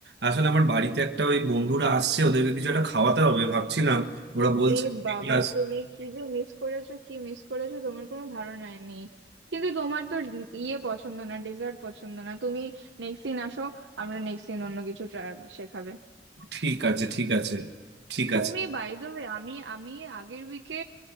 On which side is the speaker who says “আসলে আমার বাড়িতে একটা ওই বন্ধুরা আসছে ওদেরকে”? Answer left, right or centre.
Right